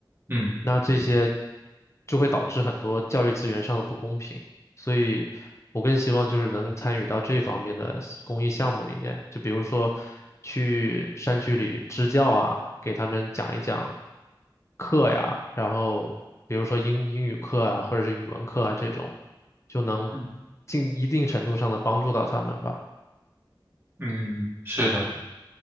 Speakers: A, on the right; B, on the left.
A: 嗯
B: 那这些就会导致很多教育资源上的不公平，所以我更希望就是能参与到这方面的公益项目里面，就比如说去山区里支教啊，给他们讲一讲课呀，然后比如说英英语课啊，或者是语文课啊这种，就能
A: 嗯
B: 尽一定程度上的帮助到他们吧。
A: 嗯，是的，